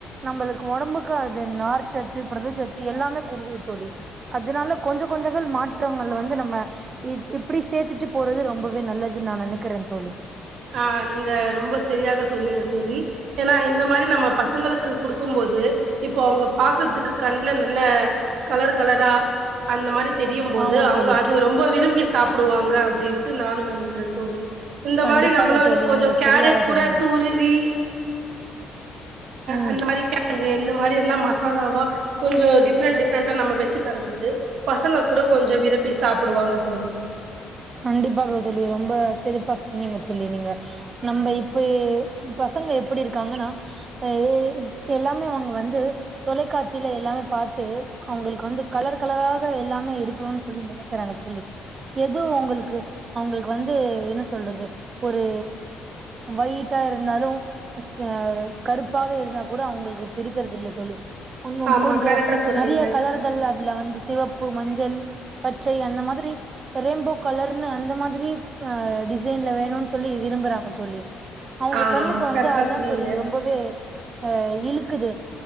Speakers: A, on the right; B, on the right.
A: நம்பளுக்கு ஒடம்புக்கு அது நார்ச்சத்து புரதச்சத்து எல்லாமே குடுக்குது தோழி அதனால கொஞ்ச கொஞ்சங்கள் மாற்றங்கள் வந்து நம்ம இ இப்டி சேத்துட்டு போறது ரொம்பவே நல்லதுன் நா நெனைக்கிறன் தோழி
B: ஆ நீங்க ரொம்ப சரியாக சொன்னீங்க தோழி ஏன்னா இந்த மாரி நம்ம பசங்களுக்கு குடுக்கும் போது இப்போ அவுங்க பாக்குற்துக்கு கண்ல நல்ல கலர் கலரா அந்த மாரி தெரியும் போது
A: ஆமா
B: அவுங்க
A: தோழி
B: அது ரொம் ப விரும்பி சாப்புடுவாங்க அப்டின்ட்டு நானும் நெனைக்கிறேன் தோழி இந்த
A: கண்டிப்பாக
B: மாரி நம்மளும்
A: தோழி
B: கொஞ்சம்
A: நீங்க
B: கேரட்
A: சரியாக
B: கூட
A: சொன்னீங்க
B: துருவி
A: ம்
B: அந்த மாரி <inaudible> ழங்கு இந்த மாரி எல்லா மசாலாவா கொஞ்சோ டிஃப்ரெண்ட் டிஃப்ரெண்ட்டா நம்ம வச்சு தரும் போது பசங்க கூட கொஞ்சம் விரும்பி சாப்பிடுவாங்க தோழி
A: கண்டிப்பாக தோழி ரொம்ப சிறப்பா சொன்னீங்க தோழி நீங்க நம்ப இப்ப பசங்க எப்டி இருக்காங்கன்னா அ எல்லாமே அவங்க வந்து தொலைக்காட்சில எல்லாமே பாத்து அவங்களுக்கு வந்து கலர் கலராக எல்லாமே இருக்கணுன் சொல்லி நெனைக்கிறாங்க தோழி எது உங்களுக்கு அவுங்களுக்கு வந்து என்ன சொல்றது ஒரு வயிட்டா இருந்தாலு ச கருப்பாக இருந்தா கூட அவுங்களுக்கு பிரிக்கறதில்ல தோழி உன்னும்
B: ஆமா
A: கொஞ்சோ
B: கரெக்டா சொன்னீங்க
A: நெறைய கலர் கள் அதுல வந்து சிவப்பு மஞ்சள் பச்சை அந்த மாத்ரி ரெயின்போ கலர்னு அந்த மாத்ரி அ டிசைன்ல வேணுன் சொல்லி விரும்புறாங்க தோழி அவுங்க
B: ஆமா
A: கண்ணுக்கு வந்து
B: கரெக்டா
A: அதா
B: சொன்னீங்க
A: தோழி ரொ பவே அ இழுக்குது